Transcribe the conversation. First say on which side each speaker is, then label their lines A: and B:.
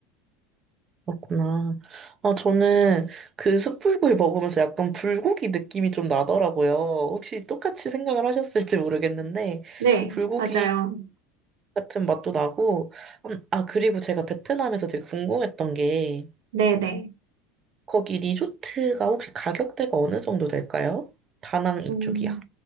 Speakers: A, on the right; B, on the right.
A: 그렇구나. 아, 저는 그 숯불구이 먹으면서 약간 불고기 느낌이 좀 나더라고요. 혹시 똑같이 생각을 하셨을지 모르겠는데,
B: 네,
A: 그 불고기
B: 맞아요.
A: 같은 맛도 나고, 음, 아, 그리고 제가 베트남에서 되게 궁금했던 게,
B: 네네.
A: 거기 리조트가 혹시 가격대가 어느 정도 될까요? 다낭 이쪽이야.
B: 음,